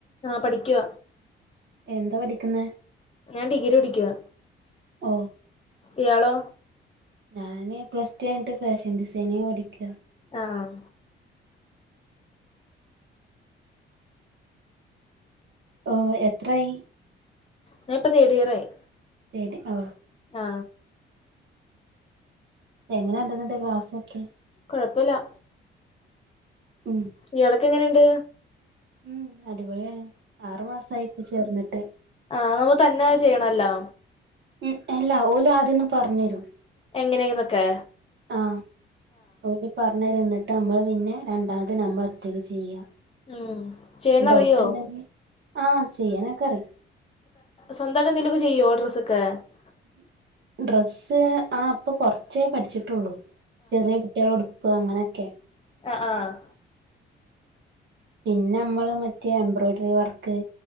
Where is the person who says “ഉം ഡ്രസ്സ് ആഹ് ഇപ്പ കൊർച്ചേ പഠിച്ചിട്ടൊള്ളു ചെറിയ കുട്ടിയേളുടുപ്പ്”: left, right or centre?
Right